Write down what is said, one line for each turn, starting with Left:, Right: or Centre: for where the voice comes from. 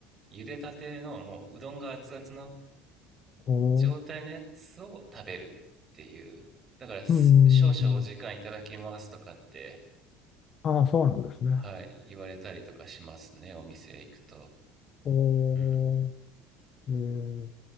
Right: 茹でたてのもううどんが熱々の
Left: おお。
Right: 状態のやつを食べるっていうだから少々お時間いただきますとかって
Left: うん。ああ、そうなんですね。
Right: はい言われたりとかしますねお店行くと
Left: お
Right: うん
Left: お。ええ、